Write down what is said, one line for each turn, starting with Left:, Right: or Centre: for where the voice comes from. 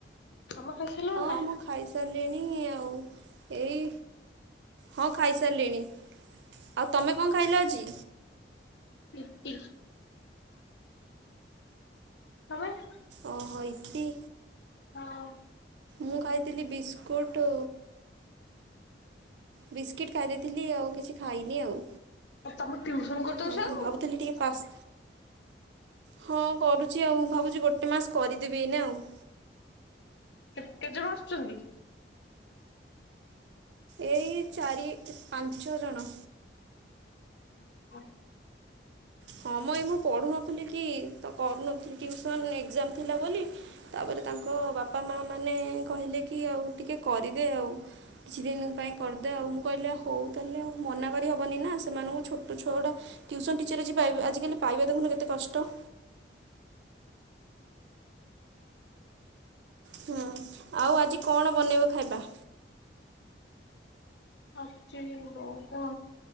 Left: ତମେ ଖାଇ ଶାଇଲଣି ନା?
Right: ହଁ ମୁଁ ଖାଇସାରିଲିଣି ଆଉ ଏଇ ହଁ ଖାଇସାରିଲିଣି ଆଉ ତମେ କଣ ଖାଇଲ ଆଜି?
Left: ଇପି। କଣ ପାଇଁ?
Right: ଓହୋ ଇପି।
Left: ହଁ।
Right: ମୁଁ ଖାଇଥିଲି ବିସ୍କୁଟ ବିସ୍କିଟ୍ ଖାଦେଇଥିଲି ଆଉ କିଛି ଖାଇନି ଆଉ।
Left: ତମେ ଟିଉସନ କରିଦଉଛ
Right: ହୁଁ
Left: ଆଉ
Right: ଭାବୁଥିଲି ଟିକେ ପାସ୍ ହଁ କରୁଛି ଆଉ ଭାବୁଛି ଗୋଟେ ମାସ କରିଦେବି ଏଇନା ଆଉ।
Left: କେ କେତେ ଜଣ ଆସୁଛନ୍ତି?
Right: ଏଇ ଚାରି ପାଞ୍ଚ ଜଣ।
Left: <inaudible>
Right: ହଁ ମ ଏଇ ମୁଁ ପଢ଼ୁନଥିଲି କି ତ କରୁନଥିଲି ଟିଉସନ୍ ଏଗଜାମ ଥିଲା ବୋଲି ତାପରେ ତାଙ୍କ ବାପା ମା ମାନେ କହିଲେ କି ଆଉ ଟିକେ କରିଦେ ଆଉ। କିଛି ଦିନ୍ ପାଇଁ କରିଦେ ଆଉ ମୁଁ କହିଲି ହୋଉ ତାହେଲେ ମନା କରି ହବନି ନା ସେମାନଙ୍କୁ ଛୋଟ ଛୁଆ ଗୁଡା ଟ୍ୟୁସନ୍ ଟିଚର ଆଜି ପାଇବା ଆଜିକାଲି ପାଇବା ଦେଖୁନୁ କେତେ କଷ୍ଟ। ହୁଁ ଆଉ ଆଜି କଣ ବନେଇବ ଖାଇବା?
Left: ଆଛ ବହୁକୁ